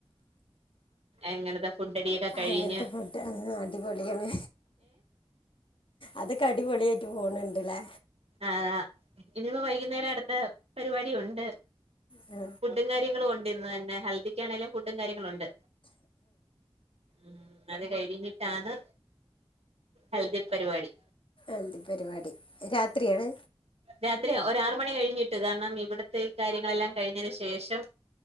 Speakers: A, on the right (about 85°); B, on the left (about 55°).
A: എങ്ങനത്തെ ഫുഡ്ടിയൊക്കെ കഴിഞ്ഞഞ്
B: അങ്ങനത്തെ ഫുഡ് ആ അടിപൊളിയാണ് അതൊക്കെ അടിപൊളിയായിട്ട് പോണിണ്ട്ല്ലേ
A: ആ ഇനിപ്പ വൈകുന്നേര അടുത്ത പരിപാടി ഉണ്ട്
B: ആ
A: ഫുഡും കാര്യങ്ങളും ഉണ്ട് ഇന്ന് തന്നെ ഹെൽദിക്കാണേങ്കലും ഫുഡും കാര്യങ്ങളും ഉണ്ട് ഉമ് അത് കഴിഞ്ഞിട്ടാണ് ഹൽദീ പരിപാടി
B: എന്ത് പരിപാടി രാത്രിയാണ്
A: രാത്രി ഒരാറ് മണി കഴിഞ്ഞിട്ട് കാരണം ഇവിടത്തെഈ കാര്യങ്ങളെല്ലാം കഴിഞ്ഞതിന് ശേഷം